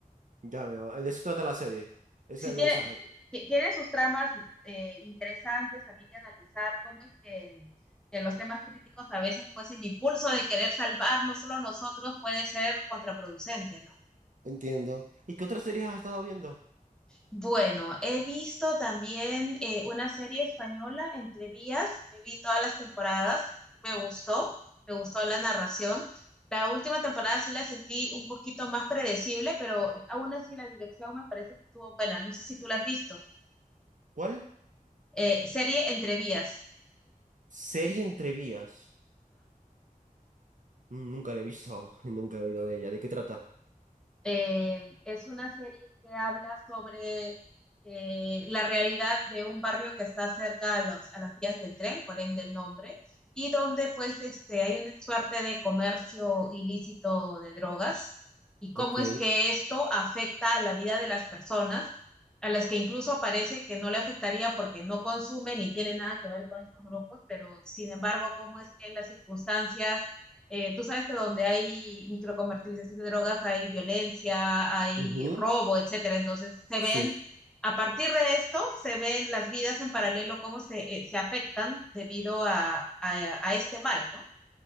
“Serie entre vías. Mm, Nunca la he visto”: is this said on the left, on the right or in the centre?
Right